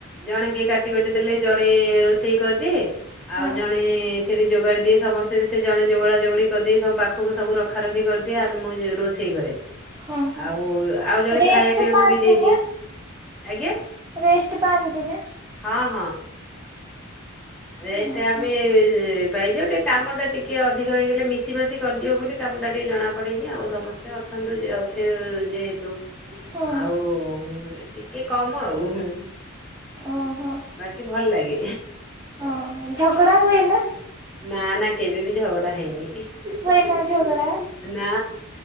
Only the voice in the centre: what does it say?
ଜଣେ କିଏ କାଟି ବାଟି ଦେଲେ ଜଣେ ରୋଷେଇ କରିଦିଏ।
ଆଉ ଜଣେ ସେଇଠି ଯୋଗାଡ଼ି ଦିଏ ସମସ୍ତେ ସେ ଜଣେ ଯୋଗଡ଼ା ଯୋଗଡ଼ି କରିଦେଇ ସବୁ ପାଖକୁ ସବୁ ରଖା ରଖି କରିଦିଏ, ଆମ ମୁଁ ଯୋଉ ରୋଷେଇ କରେ।
ଆଉ ଆଉ ଜଣେ
ଖାଇବା ପିଇବାକୁ
ବି ଦେଇଦିଏ।
ଆଜ୍ଞା
ହଁ, ହଁ। ରେଷ୍ଟ
ଆମେ
ପାଇଯାଉ, ଟିକେ କାମ ଟା ଟିକେ ଅଧିକ ହେଇଗଲେ ମିଶି ମାସି କରିଦେଉ ବୋଲି କାମ ଟା ଟିକେ ଜଣା ପଡିନି ଆଉ ସମସ୍ତେ ଅଛନ୍ତୁ ଯେ ଅଛି ଅ, ଯେହେତୁ
ଆଉ ଟିକେ କମ ଆଉ ହୁଁ।
ବାକି ଭଲ ଲାଗେ।
ନା ନା କେବେ ବି ଝଗଡା ହେଇନି
ନା।